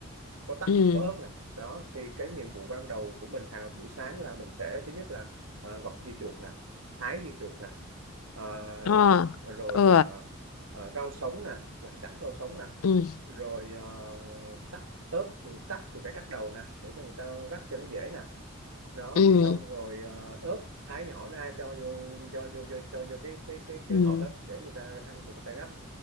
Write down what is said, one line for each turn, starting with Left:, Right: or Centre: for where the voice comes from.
Right: có tắc
Left: ừ
Right: mà có ớt nè đó thì cái nhiệm vụ ban đầu của mình hàng buổi sáng là mình sẽ thứ nhất là ờ, gọt dưa chuột nè thái dưa chuột nè ờ,
Left: ờ
Right: rồi
Left: ừ
Right: ờ, ờ, rau sống nè lặt sẵn rau sống nè
Left: ừ
Right: rồi ờ, tắc ớt thì tắc thì phải cắt đầu nè để cho người ta rắc cho nó dễ nè đó
Left: ừ
Right: xong rồi ờ, ớt thái nhỏ ra cho vô cho vô cho, cho vô cái cái cái cái
Left: ừ
Right: hộp đó để người ta ăn thì người ta gắp